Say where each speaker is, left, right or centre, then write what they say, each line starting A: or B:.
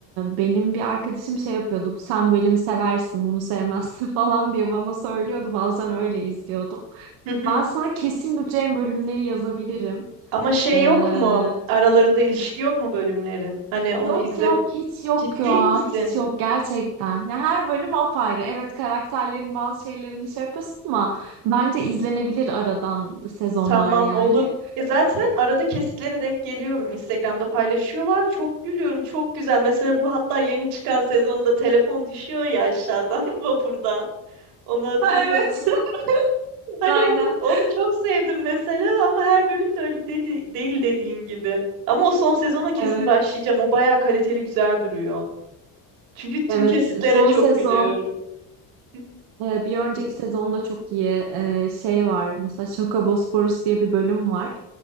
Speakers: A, on the right; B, on the right.
A: benim bir arkadaşım şey yapıyordu. Sen bu bölümü seversin, bunu sevmezsin <laughs> falan diye bana söylüyordu. Bazen öyle izliyordum.
B: hı hı.
A: Ben sana kesin güleceğin bölümleri yazabilirim.
B: Ama şey
A: Ee,
B: yok mu? Aralarında ilişki yok mu bölümlerin? Hani onu
A: yok
B: izle.
A: yok hiç yok
B: Ciddi
A: ya
B: misin?
A: hiç yok gerçekten. Ya her bölüm apayrı. Evet karakterlerin bazı şeylerini şey yapıyorsun ama bence izlenebilir aradan sezonlar
B: Tamam
A: yani.
B: olur. Ya zaten arada kesitlere denk geliyorum. Instagram'da paylaşıyorlar. Çok gülüyorum. Çok güzel. Mesela bu hatta yeni çıkan sezonda telefon düşüyor ya aşağıdan <laughs> vapurdan. Onu hatırlıyor
A: Ha evet
B: musun?
A: <laughs>
B: <laughs> Hani
A: aynen.
B: onu onu çok sevdim mesela ama her bölüm de öyle dedi, değil dediğin gibi. Ama o son sezona kesin
A: Evet
B: başlayacağım. O bayağı kaliteli güzel duruyor. Çünkü tüm
A: evet
B: kesitlere
A: son
B: çok
A: sezon
B: gülüyorum. Hı.
A: Ee, Bir önceki sezonda çok iyi e, şey var mesela Şakobosporus diye bir bölüm var